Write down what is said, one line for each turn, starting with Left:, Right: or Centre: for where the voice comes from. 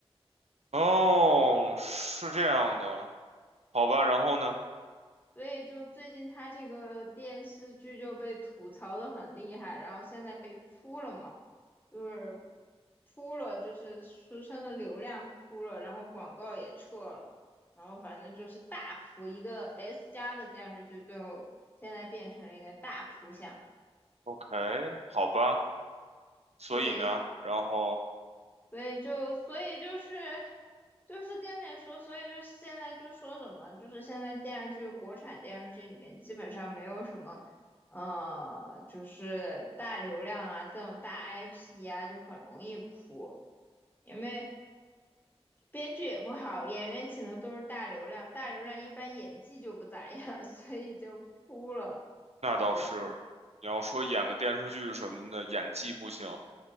Right: 哦，是这样的，好吧。然后呢
Left: 所以就最近她这个电视剧就被吐槽的很厉害，然后现在被扑了嘛，就是扑了，就是书生的流量扑了，然后广告也撤了，然后反正就是大扑一个 S 加的电视剧，最后现在变成了一个大扑相，
Right: ？OK，好吧。所以呢？
Left: 对，
Right: 然后。
Left: 所以就所以就是就是跟你说，所以就现在就说什么，就是现在电视剧国产电视剧里面基本上没有什么，呃，就是大流量啊这种大 IP 啊，就很容易扑，因为编剧也不好，演员请的都是大流量，大流量一般演技就不咋样，<laughs> 所以就扑了。
Right: 那倒是，
Left: 对，
Right: 你要说演个电视剧什么的，演技不行，